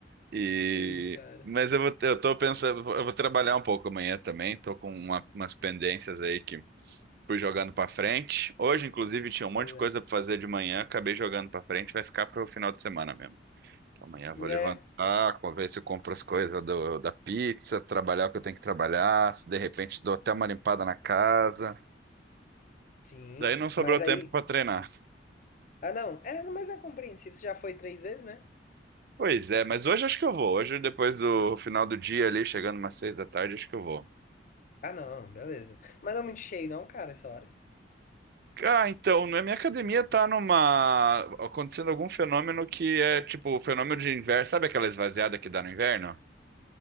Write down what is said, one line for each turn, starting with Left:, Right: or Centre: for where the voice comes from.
Right: E
Left: Sim, cara.
Right: mas eu vou, ter- eu tô pensando, eu vou trabalhar um pouco amanhã também. Tô com uma- umas pendências aí que fui jogando pra frente. Hoje, inclusive, tinha um monte
Left: Pois
Right: de
Left: é.
Right: coisa pra fazer de manhã, acabei jogando pra frente, vai ficar pro final de semana mesmo. Amanhã eu vou levantar,
Left: É,
Right: com- ver se eu compro as coisas do- da pizza, trabalhar o que eu tenho que trabalhar, se de repente dou até uma limpada na casa.
Left: sim.
Right: Daí não sobrou
Left: Mas
Right: tempo
Left: aí.
Right: para treinar.
Left: Ah, não. É, não, mas é compreensível. Você já foi três vezes, né?
Right: Pois é, mas hoje acho que eu vou. Hoje, depois do final do dia ali, chegando umas seis da tarde, acho que eu vou.
Left: Ah, não, beleza. Mas não é muito cheio, não, cara, essa hora.
Right: Ah, então, na minha academia tá numa... acontecendo algum fenômeno que é tipo o fenômeno de inverno. Sabe aquela esvaziada que dá no inverno?